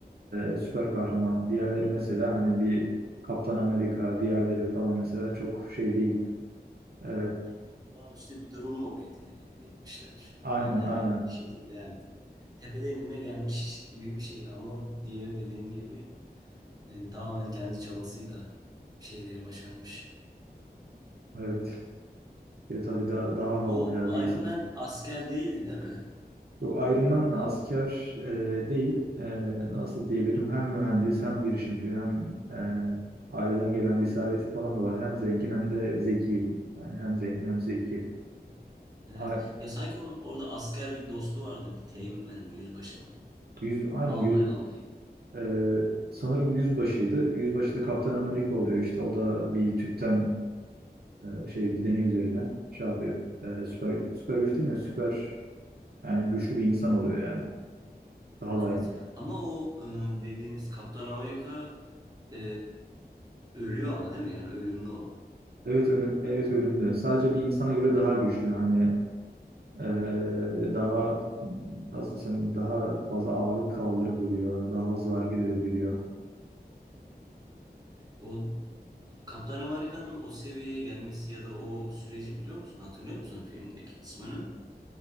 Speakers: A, on the right; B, on the right.
A: e, süper kahraman. Diğerleri mesela hani bir Kaptan Amerika, diğerleri falan mesela çok şey değil. E,
B: Yani olağanüstü bir durumla o yeteneği elde etmişler.
A: aynen
B: Yani herhangi
A: aynen.
B: bir şekilde yani tepeden inme gelmiş gibi bir şey. Ama o diğeri dediğin gibi e, tamamen kendi çabasıyla bir şeyleri başarmış.
A: Evet. Ve tabii daha, daha havalı
B: O
A: ya
B: Iron
A: bir insanın.
B: Man asker değildi değil mi?
A: Yok Iron Man asker e, değil. E, nasıl diyebilirim? Hem mühendis hem girişimci hem e, aileden gelen bir serveti falan da var. Hem zengin hem de zeki. Yani hem zengin hem zeki.
B: Hı, Evet.
A: A-
B: Ya sanki onun orada asker bir dostu vardı. Bir Teğmen mi, yüzbaşı mı?
A: Yüz, aynı
B: Albay
A: yüz.
B: albay.
A: Ee, sanırım yüzbaşıydı. Yüzbaşı da Kaptan Amerika oluyor işte. O da bir tüpten e, şey bir deney üzerine şey yapıyor. E, süper süper güç değil mi? Süper yani güçlü bir insan oluyor yani. Daha
B: Evet.
A: dayanıklı.
B: Ama o e, dediğiniz Kaptan Amerika e, ölüyor ama değil mi? Yani ölümlü o.
A: Evet ölü- evet ölümlü. Sadece bir insana göre daha güçlü. Hani e, daha nasıl desem daha fazla ağırlık kaldırabiliyor. Daha hızlı hareket edebiliyor.
B: O Kaptan Amerika'nın o seviyeye gelmesi ya da o süreci biliyor musun? Hatırlıyor musun filmdeki kısmını?